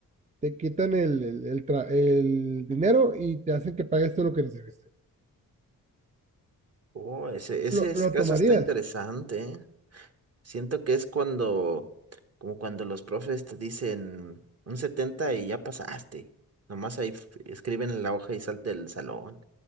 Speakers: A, on the right; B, on the right.
A: te quitan el, el, el tra- el dinero y te hacen que pagues todo lo que recibiste.
B: oh, ese,
A: Lo,
B: ese es-
A: lo
B: caso
A: tomarías,
B: está interesante, ¿eh? Siento que es cuando, como cuando los profes te dicen un 70 y ya pasaste. Nomás ahí f- escriben en la hoja y salte del salón.